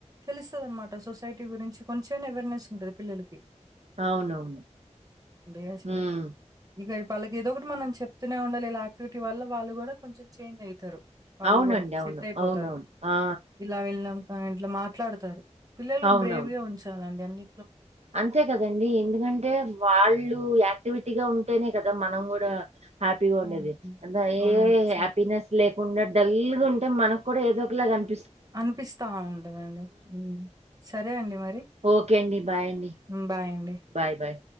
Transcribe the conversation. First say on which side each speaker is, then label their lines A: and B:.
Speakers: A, on the right; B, on the right.
A: తెలుస్తది అనమాట సొసైటీ గురించి కొంచెం అయినా అవేర్నెస్ ఉంటది పిల్లలకి
B: అవునవును
A: డి అసలు
B: ఉమ్
A: ఇగవాళ్ళకి ఏదో ఒకటి మనం చెప్తనే ఉండాలీ యాక్టివిటీ వల్ల వాళ్ళు కూడా కొంచెం చేంజ్ అవుతారు వాళ్ళు
B: అవునండి
A: కూడా సెట్
B: అవును
A: అయిపోతారు
B: అవునవును ఆ
A: ఇలా వెళ్ళినం కని ఇట్ల మాట్లాడుతారు పిల్లలు
B: అవునవును
A: బ్రేవ్ గా ఉంచాలండి అన్ని
B: అంతే కదండి ఎందుకంటే వాళ్ళు యాక్టివి గా ఉంటేనే కదా మనం కూడా హ్యాపీగా
A: అవునండి.
B: ఉండేది అ
A: అవునండి.
B: ఏ
A: సరే.
B: హ్యాపీనెస్ లే కాకుండా డల్ గా ఉంటే మనకు కూడా ఏదో ఒకలాగా అని
A: అనిపిస్తా ఉంటదండి సరే అండి మరి
B: ఓకే అండి. బాయ్ అండి
A: హ్మ్. బాయ్ అండి.
B: Bye bye